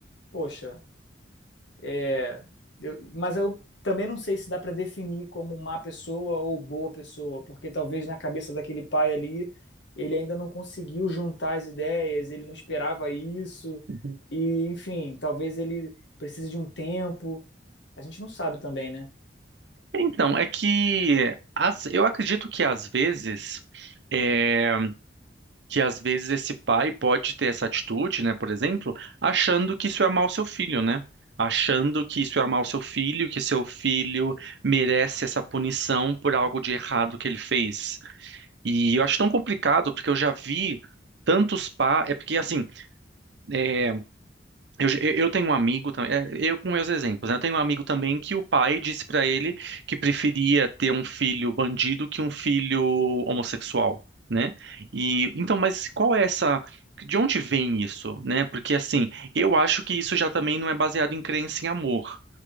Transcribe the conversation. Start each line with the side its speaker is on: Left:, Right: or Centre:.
Left: poxa, É, Eu- mas eu também não sei se dá para definir como má pessoa ou boa pessoa, porque talvez na cabeça daquele pai ali, ele ainda não conseguiu juntar as ideias, ele não esperava isso,
Right: Uhum.
Left: e enfim, talvez ele precise de um tempo. A gente não sabe também, né?
Right: Então, é que as eu acredito que às vezes é, que às vezes esse pai pode ter essa atitude, né, por exemplo, achando que isso é amar o seu filho, né? Achando que isso é amar o seu filho, que seu filho merece essa punição por algo de errado que ele fez. E eu acho tão complicado, porque eu já vi tantos pais. É porque, assim, é, Eu, eu tenho um amigo também, é, eu com meus exemplos, né? Eu tenho um amigo também que o pai disse pra ele que preferia ter um filho bandido que um filho homossexual, né? E então, mas qual é essa, de onde vem isso, né? Porque assim, eu acho que isso já também não é baseado em crença em amor.